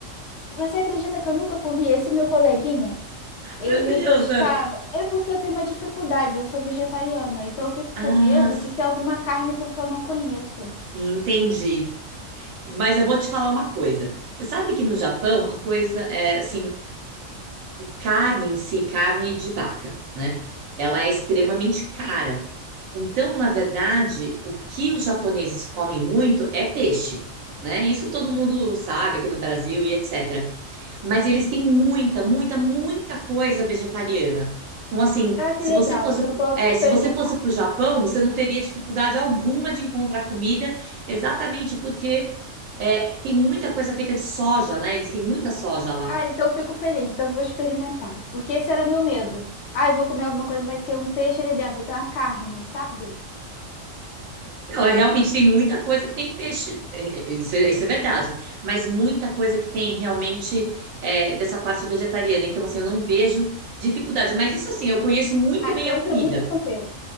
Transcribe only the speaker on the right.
Meu Deus!
eu-
Ah,
s-
entendi. Mas eu vou te falar uma coisa. Você sabe que no Japão, a coisa é assim, carne em si, carne de vaca, né? Ela é extremamente cara. Então, na verdade, o que os japoneses comem muito é peixe, né? Isso todo mundo sabe aqui no Brasil e etc. Mas eles têm muita, muita, muita coisa vegetariana. Então, assim,
se
você fosse,
é,
se você fosse para o Japão, você não teria dificuldade alguma de encontrar comida, exatamente porque é, tem muita coisa feita de soja, né? Eles têm muita soja lá.
Não, é, realmente tem muita coisa que tem peixe, é, é, isso, é isso é verdade, mas muita coisa que tem realmente é, dessa parte vegetariana. Então, assim, eu não vejo dificuldade. Mas isso, assim, eu conheço muito
bem
a comida.